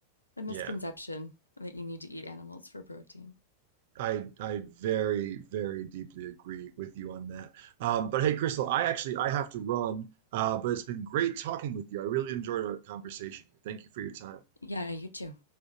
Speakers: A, on the left; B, on the right.
A: a misconception
B: yeah.
A: that you need to eat animals for protein.
B: I I very very deeply agree with you on that. Um, but hey, Crystal, I actually I have to run. Uh, but it's been great talking with you. I really enjoyed our conversation here. Thank you for your time.
A: Yeah, you too.